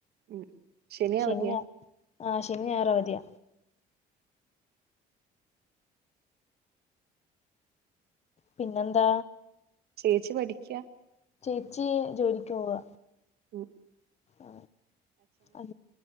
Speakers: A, on the right; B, on the left.
A: ഉം ശനി
B: ശനിയാ
A: അവധിയാ
B: ആ ശനിഞായറും അവധിയ പിന്നെന്താ
A: ചേച്ചി പഠിക്കുവാ
B: ചേച്ചി ജോലിക്ക് പോവുക
A: മ്
B: ആ ആ